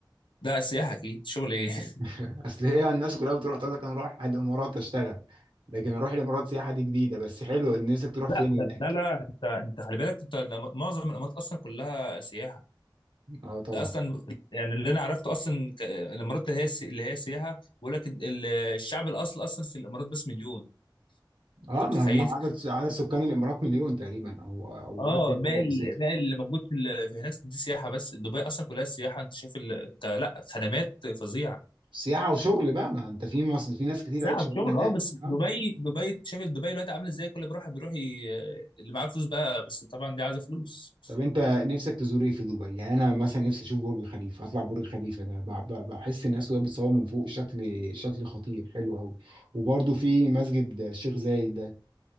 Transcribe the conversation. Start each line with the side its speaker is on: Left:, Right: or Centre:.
Left: ده سياحة اكيد شغل ايه <laughs>
Right: <laughs> اصل هي الناس كلها بتروح تقول لك انا اروح الامارات اشتغل لكن اروح الامارات سياحة دي جديدة بس حلو ان نفسك تروح
Left: لا
Right: فين
Left: لا
Right: هناك؟
Left: لا لا، انت انت خلي بالك انت لما- معظم الامارات اصلا كلها سياحة
Right: اه طبعا
Left: ده اصلا يعني اللي انا عرفته اصلا ك- الامارات اللي هي السي- اللي هي سياحة بيقول لك ال- الشعب الاصل اصلا في الامارات بس مليون
Right: اه
Left: انت متخيل
Right: ما هم عدد عدد سكان الامارات مليون تقريبا او او
Left: اه
Right: ازيد
Left: باقي
Right: حاجه بسيطه
Left: ال- باقي اللي موجود في ال- في هناك دي سياحه بس دبي اصلا كلها سياحه انت شايف ال... ك- لا خدمات فظيعه
Right: سياحه وشغل بقى ما انت في مصر في ناس كتير
Left: ساعة
Right: قوي شغاله
Left: شغل
Right: هناك
Left: اه بس
Right: اه
Left: دبي دبي شايف دبي دلوقتي عامله ازاي كل بروح بيروح ي... اللي معاه فلوس بقى بس طبعا دي عايزه فلوس
Right: طب انت نفسك تزور ايه في دبي يعني انا مثلا نفسي اشوف برج خليفه اطلع برج خليفه ده بح- بح- بحس الناس وهي بتصور من فوق شكل شكل خطير حلو قوي وبرضه في مسجد الشيخ زايد ده